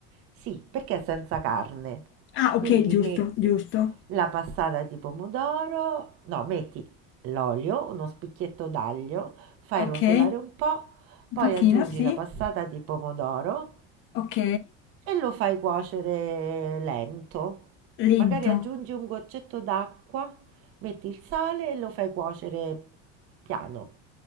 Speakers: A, on the right; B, on the left.
A: Sì, perché è senza carne.
B: Ah,
A: Quindi
B: ok, giusto,
A: metti
B: giusto.
A: la passata di pomodoro, no, metti l'olio, uno spicchietto d'aglio, fai
B: Ok,
A: rosolare
B: un
A: un po', poi
B: pochino,
A: aggiungi
B: sì.
A: la passata di pomodoro
B: Ok,
A: e lo fai cuocere lento.
B: lento.
A: Magari aggiungi un goccetto d'acqua, metti il sale e lo fai cuocere piano.